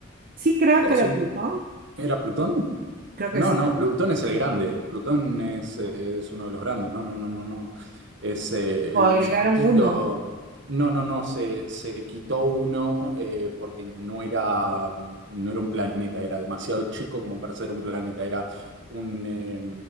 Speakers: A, on the right; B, on the right.
A: Sí, creo
B: Cosel-
A: que era Plutón.
B: ¿Era Plutón?
A: Creo que
B: No,
A: sí.
B: no, Plutón es el grande. Plutón es, eh, es uno de los grandes. No, no, no, no, no. Es eh, el
A: O agregaron
B: chiquitito.
A: uno.
B: No, no, no. Se, se quitó uno eh, porque no era, no era un planeta. Era demasiado chico como para ser un planeta. Era un, eh,